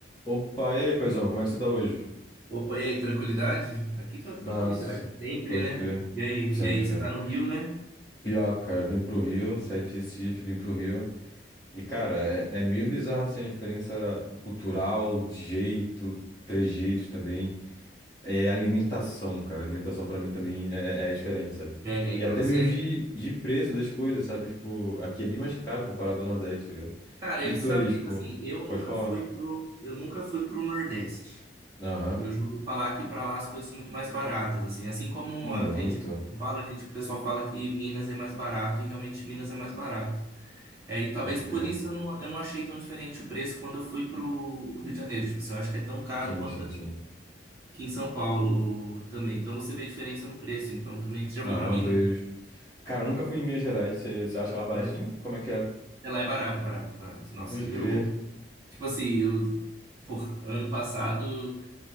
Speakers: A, on the left (about 25°); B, on the right (about 20°).
A: Opa, e aí, paizão, como é que você tá hoje?
B: Opa, e aí, tranquilidade? Aqui tá tranquilidade
A: Massa,
B: sempre,
A: pode
B: né?
A: crer.
B: E aí,
A: Sempre,
B: e aí,
A: sempre.
B: você tá no Rio, né?
A: Pior, cara, vim pro Rio, saí de Recife, vim pro Rio. E, cara, é, é meio bizarro assim a diferença cultural, de jeito, trejeitos também. É alimentação, cara. Alimentação pra mim também é, é é diferente, sabe?
B: Pega aí
A: E
B: pra
A: até
B: você.
A: mesmo de, de preço das coisas, sabe? Tipo, aqui é bem mais caro comparado ao Nordeste, tá ligado?
B: Cara,
A: E
B: eu,
A: tu
B: sabe
A: aí,
B: que,
A: tipo,
B: tipo assim, eu nunca
A: pode falar.
B: fui pro, eu nunca fui pro Nordeste.
A: Aham,
B: Eu já ouvi falar que pra lá as coisas são muito mais baratas, assim. Assim como
A: muito.
B: a gente em São Paulo, a gente, o pessoal fala que Minas é mais barato e realmente Minas é mais barato. É, E aí, talvez
A: Pode crer.
B: por isso eu não, eu não achei tão diferente o preço quando eu fui pro Rio de Janeiro. Tipo assim, eu acho que é tão caro
A: Sim,
B: quanto
A: sim,
B: aqui
A: sim.
B: Aqui em São Paulo também. Então você vê a diferença no preço, então também. Você já
A: Ah,
B: foi pra Minas?
A: eu vejo. Cara, eu nunca fui em Minas Gerais. Você você acha lá baratinho?
B: É.
A: Como é que é?
B: É lá é barato, é barato, é barato. Nossa,
A: Pode
B: eu,
A: crer.
B: tipo assim, eu, por, ano passado